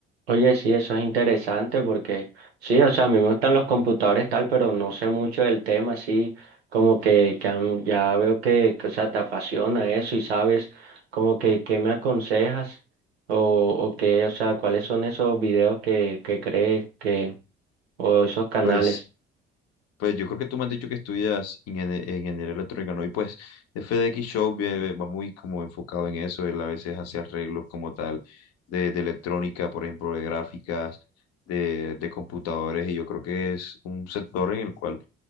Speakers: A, on the right (about 80°); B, on the left (about 55°).
A: Oye, sí, eso es interesante porque sí, o sea, a mí me gustan los computadores tal, pero no sé mucho del tema, así como que, que a mí- ya veo que, que, o sea, te apasiona eso y sabes como que qué me aconsejas o, o qué, o sea, cuáles son esos videos que, que crees que, o esos canales.
B: Pues Pues yo creo que tú me has dicho que estudias ingenie- ingeniería electrónica, ¿no? Y pues FDX Show vie- va muy como enfocado en eso, él a veces hace arreglos como tal de, de electrónica, por ejemplo, de gráficas, de, de computadores, y yo creo que es un sector en el cual